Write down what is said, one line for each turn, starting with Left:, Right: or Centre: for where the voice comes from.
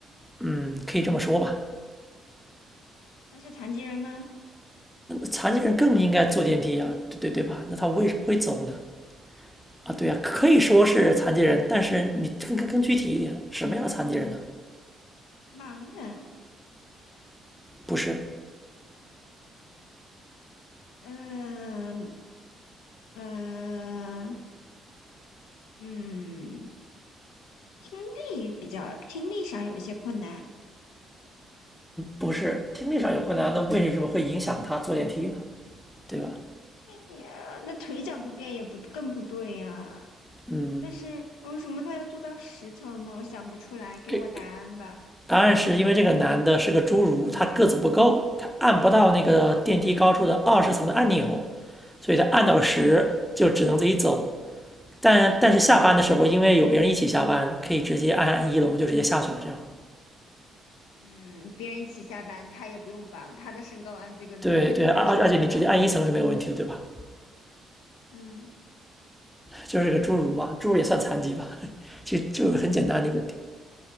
Centre: 嗯，可以这么说吧。
Left: 他是残疾人吗？
Centre: 残疾人更应该坐电梯啊，对对对吧？那他为什么会走呢？啊，对呀、啊，可以说是残疾人，
Left: 他是属于
Centre: 但是你更更更具体一点，什么样的残疾人呢？
Left: 盲人。
Centre: 不是，
Left: 嗯嗯嗯，听力比较听力上有一些困难。
Centre: 不是听力上有困难，那为什么会影响他坐电梯呢？对吧？
Left: 哎呀，那腿脚不便也不更不对呀、
Centre: 嗯，
Left: 那是为什么他要做到十层呢？我想不出来，给我答案吧。
Centre: 给答案是因为这个男的是个侏儒，他个子不够，他按不到那个电梯高处的二十层的按钮，所以他按到十就只能自己走。但但是下班的时候，因为有别人一起下班，可以直接按一楼就直接下去了，这样
Left: 嗯，别人一起下班，他也不用帮，他的身高按这个逻辑不应该是按得到的
Centre: 对对，而而而且你直接按一层是没有问题的，对吧？
Left: 嗯。
Centre: 就是个侏儒嘛，侏儒也算残疾吧？<laughs> 其实就是很简单的一个点。